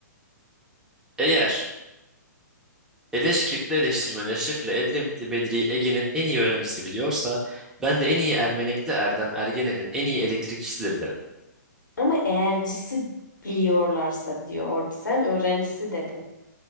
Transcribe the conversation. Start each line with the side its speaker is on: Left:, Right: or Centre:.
Centre: Eğer Eleşkirtli eleştirmen Eşref ile Edremitli Bedri'yi Ege'nin en iyi öğrencisi biliyorsa, ben de en iyi Ermenekli Erdem Ergenen'in en iyi elektrikçisidir derim.
Left: Ama eğercisi biliyorlarsa diyor orada. Sen öğrencisi dedin.